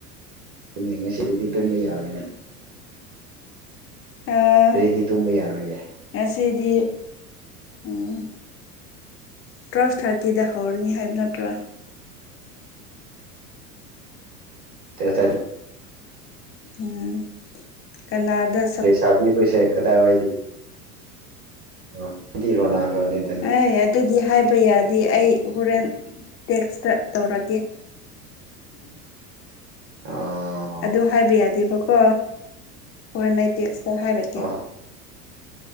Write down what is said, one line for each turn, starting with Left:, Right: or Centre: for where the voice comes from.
Right: ꯒꯅꯤ ꯉꯁꯤꯗꯒꯤꯗꯤ ꯇꯨꯝꯕ ꯌꯥꯒꯅꯤ
Left: ꯑꯥ
Right: ꯑꯗꯩꯗꯤ ꯇꯨꯝꯕ ꯌꯥꯔꯣꯏꯌꯦ
Left: ꯉꯁꯤꯗꯤ ꯎꯝ ꯇ꯭ꯋꯦꯐ ꯊꯥꯔꯇꯤꯗ ꯍꯧꯔꯅꯤ ꯍꯥꯏꯕ ꯅꯠꯇ꯭ꯔꯣ
Right: <unintelligible>
Left: ꯎꯝ ꯀꯅꯥꯗ__
Right: ꯂꯩꯁꯥꯕꯤ ꯍꯣꯏꯁꯦ ꯀꯗꯥꯏꯋꯥꯏꯗꯒꯤ <unintelligible> ꯑꯈꯣꯏꯗꯤ ꯔꯣꯅꯥꯜꯗꯣꯅꯦꯗ__
Left: ꯑꯦ ꯑꯗꯨꯗꯤ ꯍꯥꯏ__ ꯄꯌꯥꯗꯦ ꯑꯩ ꯍꫭꯔ‌ꯦ‌ꯟ ꯇ‌ꯦꯛꯁꯇ ꯇꯧꯔꯛꯀ‌ꯦ
Right: ꯑꯣ
Left: ꯑꯗꯨ ꯍꯥꯏꯕ ꯌꯥꯗꯦꯕꯀꯣ ꯍꯣꯔꯦꯟ ꯑꯩ ꯇꯦꯛꯁꯇ ꯍꯥꯏꯔꯛꯀꯦ
Right: ꯍꯣꯏ